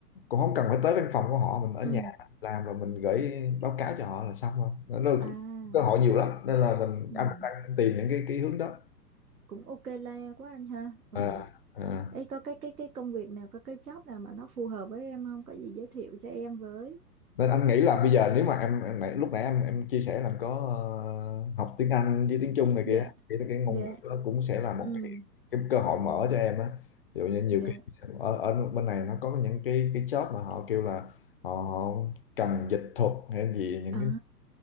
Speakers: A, on the left (about 40°); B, on the right (about 65°).
A: cũng không cần phải tới văn phòng của họ mình ở
B: ừ
A: nhà làm rồi mình gửi báo cáo cho họ là xong rồi nó, nó
B: à
A: cơ hội nhiều lắm nên là mình
B: ừ
A: anh đang tìm những cái cái hướng đó
B: cũng ok le quá anh ha ừ
A: à, à.
B: ấy có cái cái cái công việc nào có cái job nào mà nó phù hợp với em không có gì giới thiệu cho em với
A: nên anh nghĩ là bây giờ nếu mà em, em nãy, lúc nãy em em chia sẻ là em có ờ, học tiếng Anh với tiếng Trung này
B: dạ
A: kia thì cái ngôn
B: dạ
A: ngữ đó cũng sẽ là một
B: ừ
A: cái, cái cơ hội mở cho em á ví dụ như nhiều
B: dạ
A: khi ở, ở bên này nó có những cái cái job mà họ kêu là họ, họ cần dịch thuật hay gì những
B: à
A: cái